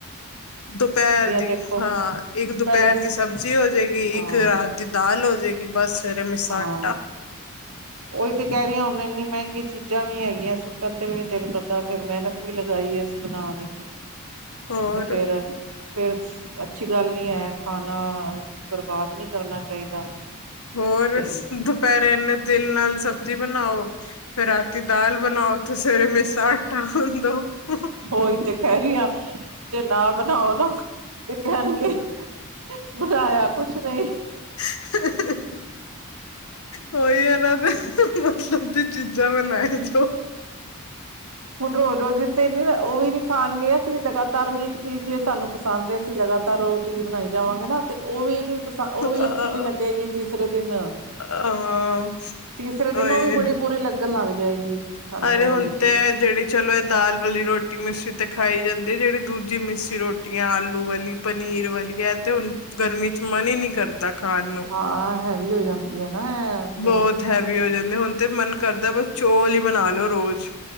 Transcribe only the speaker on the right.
ਦੇਖੋ
ਪਹਿਲੇ ਅਸ
ਹਾਂ
ਹਾਂ
ਉਹੀ ਤੇ ਕਹਿ ਰਹੀਆਂ,, ਹੁਣ ਇੰਨੀ ਮਹਿੰਗੀ ਚੀਜ਼ਾਂ ਵੀ ਹੈਗੀਆਂ, ਸੁੱਟਣ ਤੇ ਵੀ ਨੀ ਦਿਲ ਕਰਦਾ, ਫਿਰ ਮਿਹਨਤ ਪੂਰੀ ਲਗਾਈ ਏ, ਅਸੀਂ ਬਣਾਉਣ ਵਿੱਚ
ਤੇ ਫੇਰ ਫਿਰ, ਅੱਛੀ ਗੱਲ ਨੀ ਹੈ, ਖਾਣਾ ਬਰਬਾਦ ਨਹੀਂ ਕਰਨਾ ਚਾਹੀਦਾ।
ਤੇ
ਉਹੀ, ਤੇ ਕਹਿ ਰਹੀ ਹਾਂ, ਜੇ ਨਾ ਬਣਾਓ ਨਾ ਤੇ ਕਹਿਣਗੇ ਬਣਾਇਆ, ਕੁਛ ਨਹੀਂ।
ਹੁਣ, ਰੋਜ਼- ਰੋਜ਼ ਤੇ ਨਹੀਂ, ਉਹ ਵੀ ਨੀ ਖਾਣਗੇ, ਅਸੀਂ ਲਗਾਤਾਰ ਵੀ ਇੱਕ ਚੀਜ਼ ਸਾਨੂੰ ਪਸੰਦ ਹੈ ਅਸੀਂ ਲਗਾ ਤਾਂ ਰੋਜ ਚੀਜ਼ ਬਣਾਈ ਜਾਵਾਂਗੇ ਨਾ, ਤੇ ਉਹ ਵੀ
ਨਈ ਅੱਛੀ ਲੱਗੇਗੀ ਤੀਸਰੇ ਦਿਨ
ਤੀਸਰੇ ਦਿਨ,
ਉਹ ਵੀ ਬੜੀ ਬੁਰੀ ਲੱਗਣ ਲੱਗ ਜਾਏਗੀ ਸਾਨੂੰ
ਉਹ
ਵਾਲੀ ਚੀਜ਼
ਹਾਂ, ਹੈਵੀ ਹੋ ਜਾਂਦੀ ਹੈ ਨਾ ਇਹ ਫਿਰ